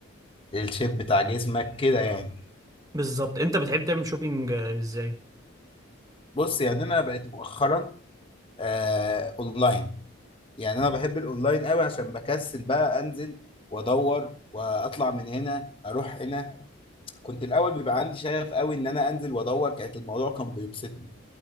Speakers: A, on the left (about 25°); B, on the right (about 15°).
A: الشيب بتاع جسمك كده يعني
B: بالظبط انت بتحب تعمل شوبينج آه، ازاي
A: بص يعني انا بقيت مؤخرا آه اونلاين يعني انا بحب الاونلاين قوي عشان بكسل بقى انزل وادور واطلع من هنا اروح هنا كنت الاول بيبقى عندي شغف قوي ان انا انزل وادور كانت الموضوع كان بيبسطني